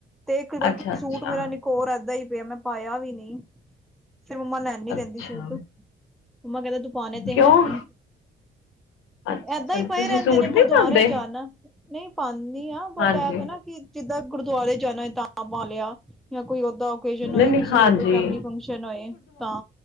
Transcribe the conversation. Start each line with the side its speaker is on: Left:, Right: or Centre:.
Centre: 'ਤੇ ਇੱਕ ਬਲਕਿ
Left: ਅੱਛਾ ਅੱਛਾ
Centre: ਸੂਟ ਮੇਰਾ ਨਿਕ ਹੋਰ ਐਦਾਂ ਈ ਪਿਆ ਮੈਂ ਪਾਇਆ ਵੀ ਨੀ, ਫਿਰ ਮੰਮਾ ਲੈਣ ਨੀ ਦਿੰਦੀ
Left: ਅੱਛਾ
Centre: ਸੂਟ। ਮੰਮਾ ਕੈਂਦੇ ਤੂੰ ਪਾਣੇ ਤੇ
Left: ਕਿਉਂ
Centre: ਹੈ ਨੀ।
Left: ਅੱਛਾ
Centre: ਐਦਾਂ
Left: ਅੱਛਾ
Centre: ਈ ਪਏ
Left: ਤੁਸੀਂ
Centre: ਰੈਂਦੇ
Left: ਸੂਟ
Centre: ਨੇ
Left: ਨਹੀਂ
Centre: ਗੁਰਦੁਆਰੇ
Left: ਪਾਉਂਦੇ
Centre: ਜਾਣਾ, ਨਈ ਪਾਨੀ ਆ ਬਟ
Left: ਹਾਂਜੀ
Centre: ਐ ਵੇ ਨਾ ਕਿ ਜਿੱਦਾਂ ਗੁਰਦੁਆਰੇ ਜਾਣਾ ਏ ਤਾਂ ਪਾ ਲਿਆ ਜਾਂ ਕੋਈ ਉਦਾਂ ਓਕੇਜਨ
Left: ਨਹੀਂ
Centre: ਹੋਏ
Left: ਨਹੀਂ
Centre: ਕਿਸੀ
Left: ਹਾਂਜੀ
Centre: ਦਾ ਕੋਈ ਫੈਮਿਲੀ ਫੰਕਸ਼ਨ ਹੋਏ ਤਾਂ।